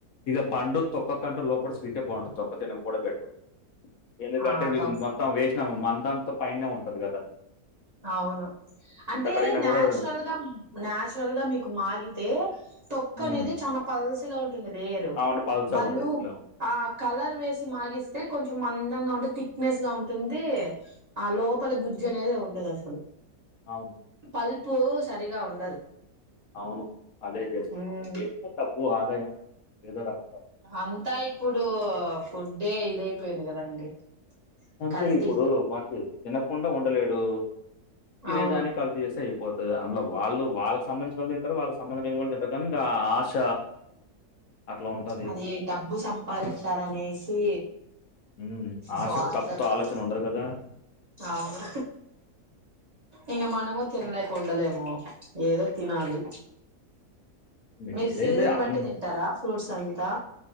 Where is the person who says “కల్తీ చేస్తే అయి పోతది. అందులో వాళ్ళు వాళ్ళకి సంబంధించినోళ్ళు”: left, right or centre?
Left